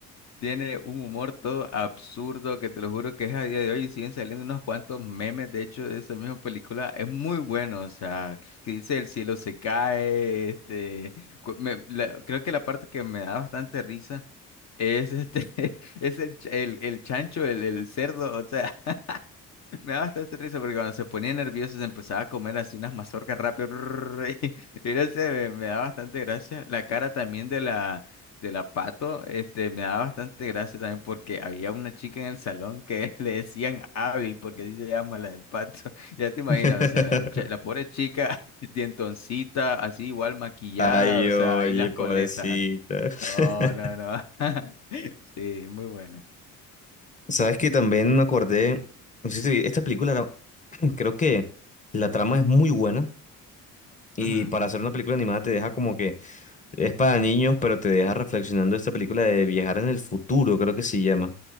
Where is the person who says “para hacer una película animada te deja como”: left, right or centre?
Left